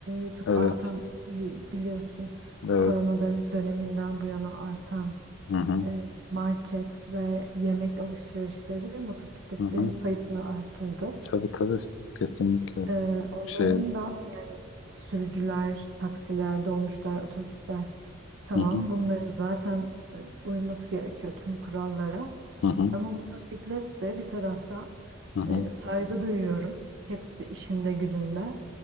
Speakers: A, on the right; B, on the left.
A: e, çok
B: evet
A: artan bi- biliyorsun
B: evet
A: korona dön- döneminden bu yana artan
B: hı hı
A: e, market ve yemek alışverişleri motosikletlerin
B: hı hı
A: sayısını arttırdı.
B: tabii tabii kesinlikle
A: Ee, onların
B: şey
A: da yani sürücüler, taksiler, dolmuşlar, otobüsler tamam
B: hı hı
A: bunların zaten e, uyması gerekiyor tüm kurallara.
B: hı hı
A: Ama motosiklet de bir taraftan
B: hı hı.
A: e, saygı duyuyorum. Hepsi işinde gücünde